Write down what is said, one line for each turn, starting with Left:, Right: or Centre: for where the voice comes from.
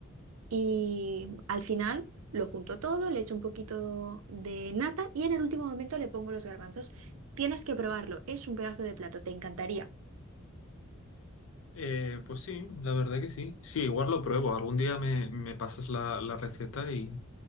Right: Y al final lo junto todo, le echo un poquito de nata y en el último momento le pongo los garbanzos. Tienes que probarlo, es un pedazo de plato, te encantaría.
Left: Eh, pues sí, la verdad que sí. Sí, igual lo pruebo. Algún día me, me pasas la, la receta y,